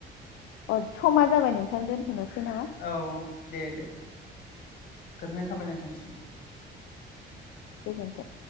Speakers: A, on the left; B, on the left.
A: अ समा जाबाय नोंथां दोनथ'नोसै ना
B: औ दे दे गोजोननाय थाबाय नोंथांसिम
A: गोजोनथों